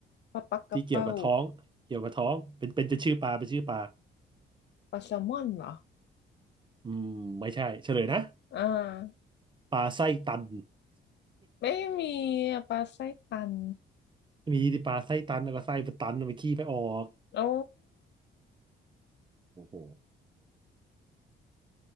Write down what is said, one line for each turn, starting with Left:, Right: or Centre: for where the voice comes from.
Left: ปลาปักกระเป้า
Right: ที่เกี่ยวกับท้องเกี่ยวกับท้องเป็นเป็นจะชื่อปลาเป็นชื่อปลา
Left: ปลาแซลมอนเหรอ
Right: อืมไม่ใช่เฉลยนะ
Left: อ่า
Right: ปลาไส้ตัน
Left: ไม่มีอะปลาไส้ตัน
Right: <laughs> มีดิปลาไส้ตันแล้วก็ไส้มันตันมันขี้ไปออก
Left: โอ้
Right: โอ้โห